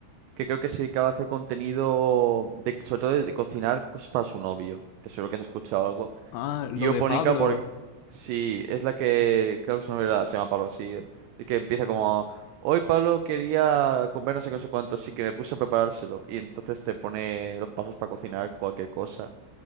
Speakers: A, on the right; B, on the left.
A: que creo que se dedicaba a hacer contenido de, sobre todo de, de cocinar cosas para su novio, que seguro que has escuchado algo.
B: Ah, lo
A: Y yo
B: de
A: ponica
B: Pablo.
A: porque sí, es la que creo que su novio era- se llama Pablo, sí, y que empieza como hoy Pablo quería comer no sé qué, no sé cuánto, así que me puse a preparárselo. Y entonces te pone los pasos para cocinar cualquier cosa.